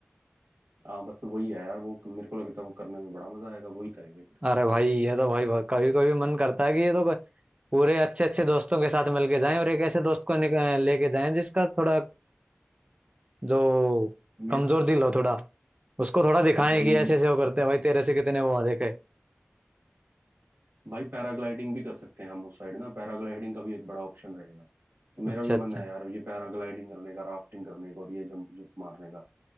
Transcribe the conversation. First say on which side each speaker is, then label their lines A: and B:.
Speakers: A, on the right; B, on the right.
A: हाँ बस वही है यार वो मेरे को लगता है वो करने में बड़ा मजा आएगा वही करेंगे फिर
B: अरे भाई ये तो भाई कभी कभी मन करता है कि ये तो क- पूरे अच्छे अच्छे दोस्तों के साथ मिलके जाएं और एक ऐसे दोस्त को निक- अ, लेके जाएं जिसका थोड़ा जो
A: मेरे
B: कमजोर दिल हो थोड़ा उसको थोड़ा दिखाएं
A: भाई
B: कि ऐसे ऐसे वो करते हैं भाई तेरे से कितने वो देखे
A: भाई पैराग्लाइडिंग भी कर सकते हैं हम उस साइड ना पैराग्लाइडिंग का भी एक बड़ा ऑप्शन रहेगा तो मेरा
B: अच्छा
A: भी मन
B: अच्छा
A: है यार ये पैराग्लाइडिंग करने का राफ्टिंग करने का और ये जंप जुप मारने का